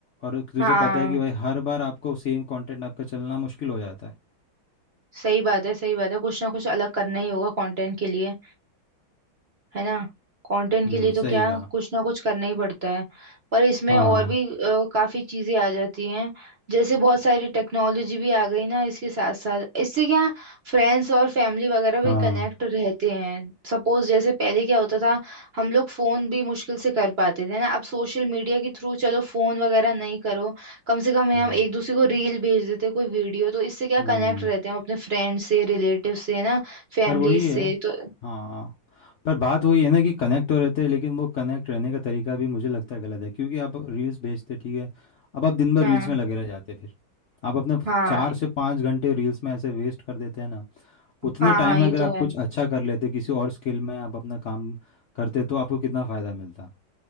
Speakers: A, on the left (about 85°); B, on the right (about 50°).
A: और तुझे
B: हाँ
A: पता है कि भाई हर बार आपको सेम कंटेंट आपका चलना मुश्किल हो जाता है
B: सही बात है सही बात है कुछ ना कुछ अलग करना ही होगा कंटेंट के लिए है ना कंटेंट
A: हम्म
B: के लिए तो
A: सही
B: क्या
A: कहा
B: कुछ ना कुछ करना ही पड़ता है पर इसमें
A: हाँ
B: और भी अ, काफी चीजें आ जाती हैं जैसे बहुत सारी टेक्नोलॉजी भी आ गई ना इसके साथ साथ इससे क्या फ्रेंड्स और फैमिली वगैरह भी
A: हाँ
B: कनेक्ट रहते हैं सपोज जैसे पहले क्या होता था हम लोग फोन भी मुश्किल से कर पाते थे ना अब सोशल मीडिया के थ्रू चलो फोन वगैरह नहीं करो कम से कम
A: हम्म
B: हम एक दूसरे को रील भेज देते कोई वीडियो तो इससे क्या
A: हम्म
B: कनेक्ट रहते हैं हम अपने फ्रेंड से रिलेटिव से है ना फैमिली
A: पर वही है
B: से तो
A: हाँ पर बात वही है ना कि कनेक्ट तो रहते हैं लेकिन वो कनेक्ट रहने का तरीका भी मुझे लगता है गलत है क्योंकि आप रील्स भेजते ठीक है अब आप दिन भर
B: हाँ
A: रील्स में लगे रह जाते हैं फिर आप अपने फ-
B: हाँ
A: चार से पाँच घंटे रील्स में ऐसे वेस्ट कर देते हैं ना उतने
B: हाँ हाँ
A: टाइम में
B: ये
A: अगर
B: तो
A: आप
B: है
A: कुछ अच्छा कर लेते किसी और स्किल में आप अपना काम करते तो आपको कितना फ़ायदा मिलता